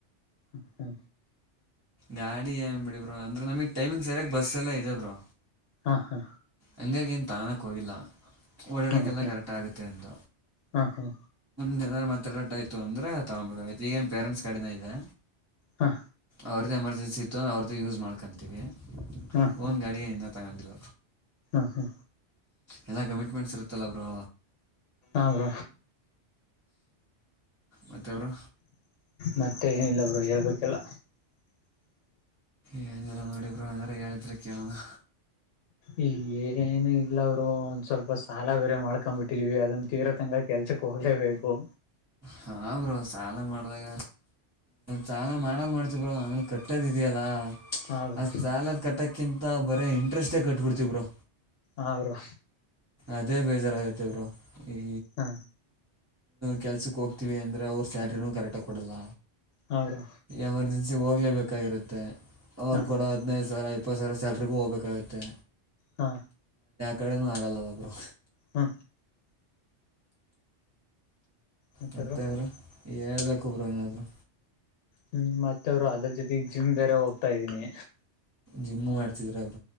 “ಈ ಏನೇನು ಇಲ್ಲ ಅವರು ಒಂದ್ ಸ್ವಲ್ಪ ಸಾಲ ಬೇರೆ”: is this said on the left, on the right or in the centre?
Left